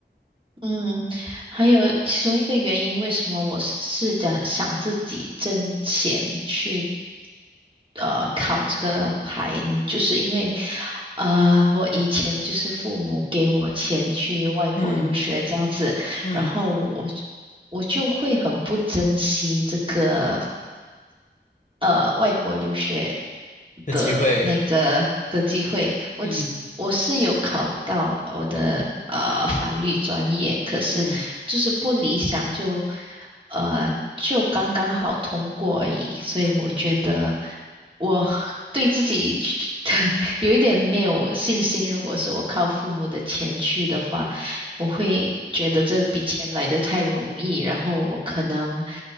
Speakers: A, on the right; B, on the left.
A: 嗯，还有其中一个原因，为什么我是想想自己挣钱去呃考这个牌呢？就是因为呃，我以前就是父母给我钱去外国留学这样子，
B: 嗯嗯
A: 然后我我就会很不珍惜这个。呃外国留学
B: 的机会。
A: 的那个的机会，我其我是有考到我的呃法律专业，
B: 嗯
A: 可是就是不理想就，
B: 嗯
A: 呃就刚刚好通过而已，所以我觉得
B: 嗯。
A: 我对自己 <laughs> 有一点没有信心。如果是我靠父母的钱去的话，我会觉得这笔钱来得太容易，然后我可能